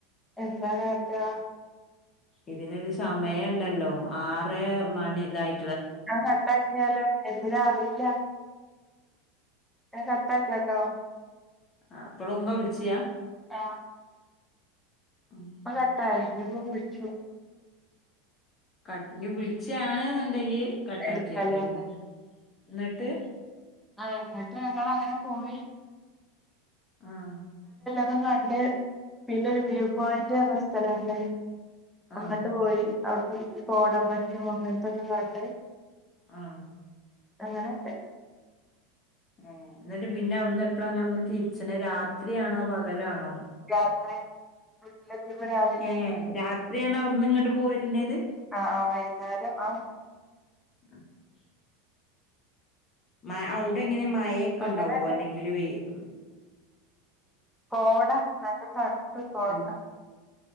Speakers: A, in the centre; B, on the left (about 30°).
A: എന്താ കാട്ടാ
B: ഇതിനൊരു സമയണ്ടല്ലോ ആറെ മണി ഇതായി
A: ആ കട്ടാക്കിയാലോ എന് ന്താ അറീല്ലാ ഞാൻ കട്ടാക്കി ട്ടോ
B: ആ എപ്പളുംങ്ങ വിളിചയാ
A: ആ
B: ഉം
A: ഇപ്പം കട്ടായി ഞാൻ പ്പം കുളിക്കുന്നു
B: കട്ട് ഇഞ്ഞ് വിളിച്ചാണ്ന്ന്ണ്ടെങ്കി കട്ടാക്കിയാണ്ടി
A: എടുക്കല്ലേ
B: ന്ന് ന്നെട്ട്
A: അ ഇങ്ങട്ട് ഞങ്ങളങ്ങനെ പോയി
B: ആഹ്
A: തും കണ്ട് പിന്നെ ഒരു വ്യൂ പോയിന്റ് എന്ന സ്ഥലണ്ട് അങ്ങട്ട്
B: ആഹ്
A: പോയി അവിടുന്ന് കോടമഞ്ഞും അങ്ങൻത്തൊക്കെ കണ്ട്
B: ആഹ്
A: അങ്ങനൊക്കെ
B: ഏ എന്നിട്ട് പിന്നെ അവ്ടുന്ന് എപ്പളാ ഇങ്ങള് ഇങ്ങട്ട് തിരിച്ച്ണേ രാത്രിയാണോ പകലാണോ
A: രാത്രി വീട്ടിലെത്തിയപ്പോ രാവിലായി
B: ഏഹ് രാത്രിയാണ് അവിടുന്ന് ഇങ്ങട്ട് പോരുന്നത്
A: ആ ആ വൈകുന്നേരം ആഹ്
B: <inaudible> മ അവുടെങ്ങ <unintelligible> മയെക്കെ
A: അങ്ങനെയല്ല
B: ഉണ്ടാവോ അല്ലെങ്കില് വെയി <inaudible>
A: കോട നല്ല തണുപ്പ ഇപ്പൊ അവിടുത്തെ
B: അല്ല